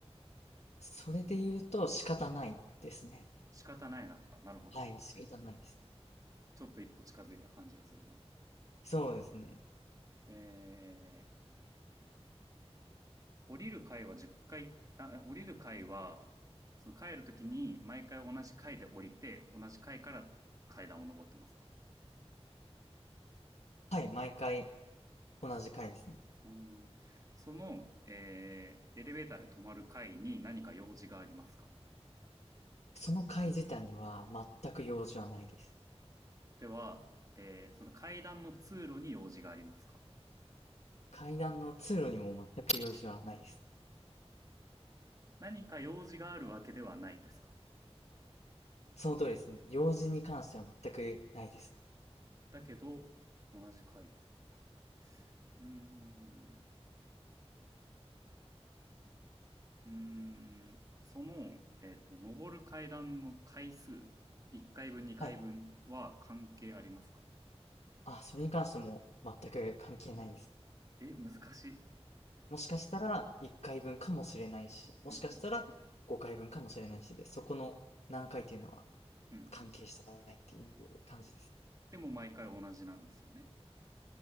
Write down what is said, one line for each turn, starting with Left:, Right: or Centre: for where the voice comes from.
Left: それで言うと仕方ないですね。
Right: 仕方ないなのか。なるほど。
Left: はい、仕方ないです。
Right: ちょっと一歩近づいた感じがするな。
Left: そうですね。
Right: えー、降りる階は10階、あ、降りる階は、その帰るときに毎回同じ階で降りて、同じ階から階段を登ってますか
Left: はい、毎回同じ階ですね。
Right: うーん。その、えー、エレベーターで止まる階に何か用事がありますか
Left: その階自体には全く用事はないです。
Right: では、えーその階段の通路に用事がありますか
Left: 階段の通路にも全く用事はないです。
Right: 何か用事があるわけではないですか
Left: その通りですね。用事に関しては全くないです。
Right: だけど、同じ階なのか。うーん、うーん、その、えっと、上る階段の回数、1回分、2回分は関係ありますか
Left: はい。あ、それに関しても全く関係ないです。
Right: え、難しい。
Left: もしかしたら1回分かもしれないし、もしかしたら5回分かもしれないしで、
Right: うんうん、
Left: そこの何回っていうのは
Right: うんうん。
Left: 関係してないっていう感じです。
Right: でも毎回同じなんですよね。